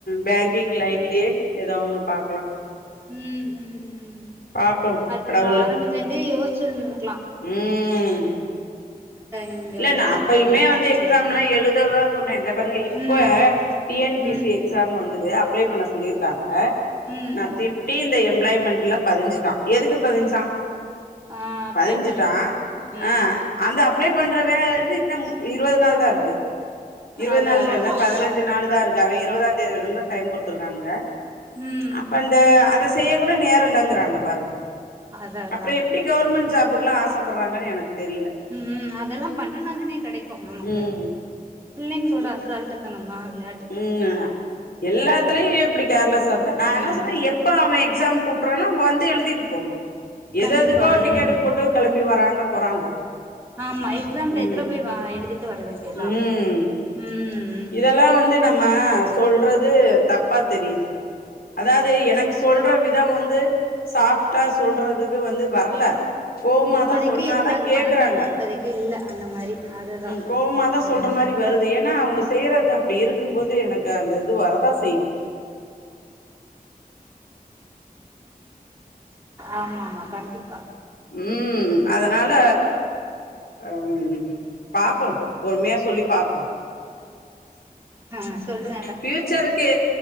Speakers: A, on the left; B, on the right.
A: பேங்கிங் லைன்லயே எதோ ஒண்ணு பாக்கலா
B: ம் ம் ம்
A: பாப்போம்
B: அது
A: கடவுளு
B: ஆரம்பத்துல இருந்தே யோசிச்சுருந்திருக்கலா
A: ம் ம்
B: இங்க
A: இல்ல
B: உள்ள
A: நான் அப்பயுமே
B: வேலைய
A: வந்து
B: பாத்துக்க
A: எக்ஸாம்லா
B: வேண்டியதா
A: எழுததா சொன்னே இந்த பாருங்க இப் இப்ப
B: ம்
A: டிஎன்பிசி
B: ம்
A: எக்ஸாம் வந்தது அப்ளை பண்ண சொல்லிருக்காங்க
B: ம்
A: நான் திட்டி இந்த எம்ப்ளாய்மெண்ட்ல பதிஞ்சுட்டான் எதுக்கு பதிஞ்சான்
B: ஆ அப்ளை
A: பதிஞ்சுட்டான்
B: பண்றதுக்குதா ம்
A: ஆ அந்த அப்ளை பண்ற வேலை வந்து இன்னு இருவது நாள் தா இருக்கு இருவது
B: அதா
A: நாள் இல்ல
B: அதா
A: இன்னு
B: அதா
A: பதினஞ்சு நாள் தா இருக்கு அவிங்க இருவதாந் தேதி வரயிலுந்தா டைம் குடுத்தருக்கானங்க
B: ம்
A: அப்ப அந்த அதை செய்ய கூட நேரலங்கிறாங்க பாருங்க
B: அதா அதா
A: அப்பற எப்டி கவர்மெண்ட் ஜாப்க்குல்லா ஆசைப்படுறாங்கனு எனக்கு தெரில
B: ம் அதெல்லா பண்ணுனாதானே கிடைக்கும் நமக்கு
A: ம்
B: பிள்ளைங்களோட அசால்ட்டுதன தா விளையாட்
A: ம் எல்லாத்துலயும் இப்படி கேர்ளஸ் இருந்தா நான் என்ன
B: ம்
A: சொல்றே எப்ப அவன் எக்ஸாம் கூப் புறானா வந்து எழுதிட்டு போங்க எது
B: கண்டிப்பா
A: எதுக்கோ
B: ம்
A: டிக்கெட் போட்டு கிளம்பி வராங்க போறாங்க
B: ஆமா எக்ஸாம் டயத்துல
A: ம்
B: போய் வ எழுதிட்டு வர வேண்டியதா
A: ம்
B: ம்
A: இதெல்லா வந்து நம்ம சொல்றது தப்பா தெரியுது அதாவது
B: ஓ
A: எனக்கு சொல் ல்ற விதம் வந்து சாப்ட்டா சொல்றதுக்கு வந்து வரல கோவமாதா
B: இப்போதைக்கு
A: சொன்னாதா
B: இருக்காது
A: கேக்குறாங்க
B: மனப்பக்குவம் இப்போதைக்கு இல்லை அந்த மாரி அதுதா
A: கோபமா தா சொல்ற
B: ம்
A: மாரி வருது ஏன்னா அவுங்க செய்யறது அப்டி இருக்கும்போது எனக்கு அந்த இது வரதா செய்யு
B: ஆமா ஆமா கண்டிப்பா
A: ம் அதனால அம் பாப்போ பொறுமையா சொல்லி பாப்போ
B: ஹ சொல்லுவ
A: ஃபியூச்சருக்கு